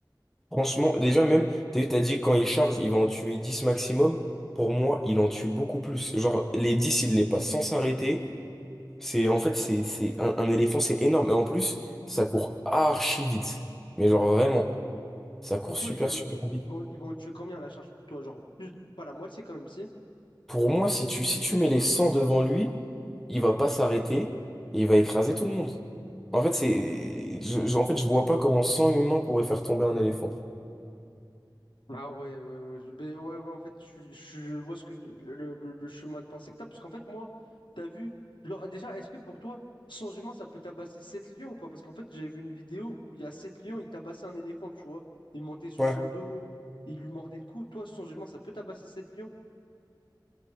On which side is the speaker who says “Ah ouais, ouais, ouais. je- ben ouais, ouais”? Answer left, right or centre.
Left